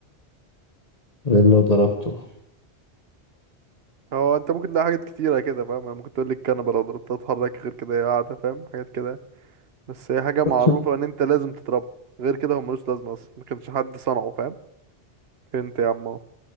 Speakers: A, on the left; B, on the right.
A: غير لو ضربته
B: هو انت ممكن تلاقي حاجات كتيرة كده فاهم انا ممكن تقول لي الكنبة لو ضربتها تتحرك غير كده هي قاعدة فاهم حاجات كده بس هي حاجة معروفة
A: <laughs>
B: ان انت لازم تضربها غير كده هو ملوش لازمة اصلا ما كانش حد صنعه فاهم انت يا عم اهو.